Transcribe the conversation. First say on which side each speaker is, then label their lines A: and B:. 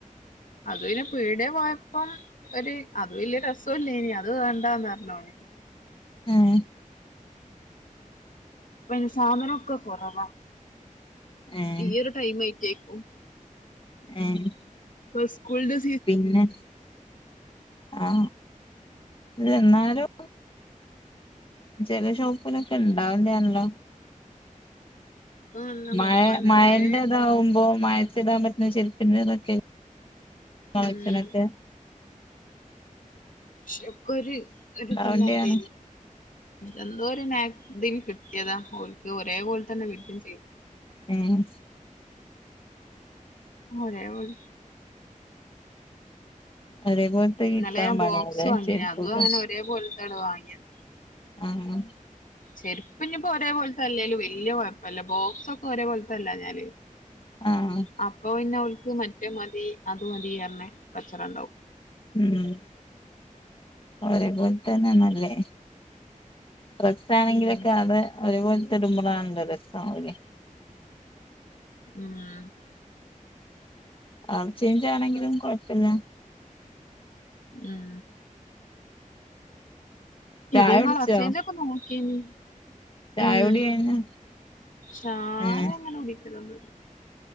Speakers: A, on the left (about 70°); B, on the left (about 40°).
A: അത് പിന്നെ പീടിയെ പോയപ്പം ഒരു അത് വലിയ രസോ ഇല്ലാനി അത് വേണ്ടാന്ന് പറഞ്ഞ് അവൾ
B: ഏഹ്
A: അപ്പ അതിന് സാധനൊക്കെ കൊറവാ
B: ഏഹ്
A: ഈ ഒരു ടൈം ആയിട്ടാക്കും
B: ഏഹ്
A: ഉസ്കൂളിന്റെ
B: പിന്നെ ആ ഇവിടെന്നാലും ചെല ഷോപ്പിലൊക്കെ ഇണ്ടാവണ്ട ആണല്ലോ
A: ഇപ്പൊ നല്ല
B: മഴ
A: കൊറവന്നെ
B: മഴേന്റെ
A: കൊറേ
B: ഇതാവുമ്പോ മഴയത്തിടാൻ പറ്റുന്ന ചെരുപ്പിന്റെ ഇതൊക്കെ കാഴ്ചണൊക്കെ.
A: ഉം ക്ഷേക്കൊരു ഒരു
B: ഉണ്ടാവണ്ടയാണ്
A: ത് ല്ലാതെനി എന്തൊരു നാക് തില് കിട്ട്യേതാ ഓൽക്ക് ഒരേ പോലെ തന്നെ കിട്ടിം ചെയ്ത്.
B: ഏഹ്‌
A: ഒരേപോൽ
B: ഒരേപോൽത്തെ കിട്ടാൻ
A: ഇന്നലെ ഞാൻ
B: പണ്യലേ
A: ബോക്സ് വാങ്ങിന്
B: ചെര്പ്പൊക്കെ?
A: അതും അങ്ങനെ ഒരേ പോലത്താണ് വാങ്ങിയത്
B: ആഹ്‌
A: ചെര്പ്പ് ഞ്ഞി ഒരേ പോൽത്തല്ലേലും വല്യ കൊഴപ്പല്ല ബോക്സൊക്കെ ഒരേ പോൽത്തല്ലാഞ്ഞാലേ
B: ആഹ്‌
A: അപ്പൊ പിന്നെ ഓൽക്ക് മറ്റേ മതി അത് മതി അർഞ് കച്ചറ ണ്ടാവും.
B: ഉം ഒരേ പോൽതെന്നെ നല്ലത്. ഡ്രെസ്സാണെങ്കിലൊക്കെ
A: ഉം
B: അത് ഒരുപോൽ ത്തെടുമ്പളാണല്ലോ രസം ലെ.
A: ഉം
B: കളർ ചേഞ്ചാണെങ്കിലും കൊഴപ്പല്ല.
A: ഉം
B: ചായ
A: ഇതിന്നാള്
B: കുടിച്ചോ
A: അസൈ‍ഞ്ചോക്കെ നോക്കീനി
B: ചായ
A: ഉം
B: കുടി കഴിഞ്ഞോ
A: ചായ
B: ഏഹ്
A: അങ്ങനെ കുടിക്കലൊന്നുല്ല.